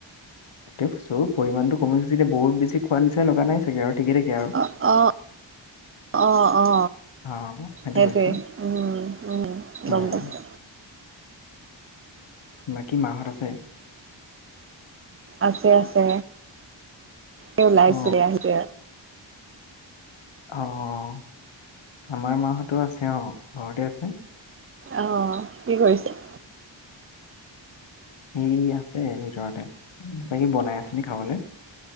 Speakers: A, on the left (about 85°); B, on the right (about 30°).
A: সেটোৱে কৈছো পৰিমানটো কম গৈছে যেতিয়া বহুত বেছি খোৱা নিচানা লগা নাই চাগে আৰু ঠিকে ঠাকে আৰু
B: অ অ অ অ
A: অ সেইটো
B: সেইটোৱে
A: কৰিছো
B: উম উম
A: উম
B: গম পাইছো
A: বাকী মা হত আছে?
B: আছে আছে এ ওলাইছিলে
A: অ
B: আহিছে
A: অঁ', আমাৰ মা হঁতো আছে অঁ', ঘৰতে আছে।
B: অঁ', কি কৰিছে?
A: এই আছে ভিতৰতে কিবা কিবি বনাই আছে নেকি খাবলৈ।